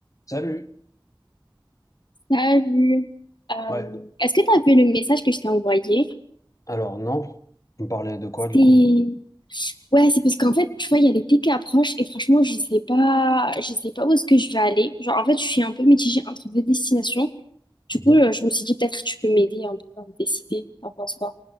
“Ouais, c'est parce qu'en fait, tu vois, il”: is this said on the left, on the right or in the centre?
Left